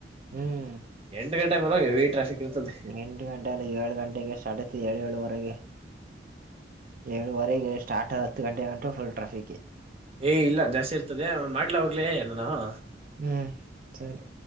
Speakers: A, on the right (about 50°); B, on the right (about 30°).
A: ಹ್ಮ್
B: ಎಂಟ ಗಂಟೆಗೋದಾಗ ಹೆವಿ ಟ್ರಾಫಿಕ್ ಇರ್ತದೆ
A: ಎಂಟ ಗಂಟೆ ಅಲ್ಲ ಏಳು ಗಂಟೆಗೆ ಸ್ಟಾರ್ಟ್ ಆಯ್ತದೆ ಏಳಏಳುವರೆಗೆ ಏಳುವರೆಗೆ ಸ್ಟಾರ್ಟ್ ಹತ್ತು ಗಂಟೆಗಂಟು ಫುಲ್ ಟ್ರಾಫಿಕೆ
B: ಏಯ ಇಲ್ಲ ಜಾಸ್ತಿ ಇರ್ತದೆ ಮಾಡ್ಲ ಹೋಗ್ಲಿ ನಾನು
A: ಹ್ಮ್ ಸರಿ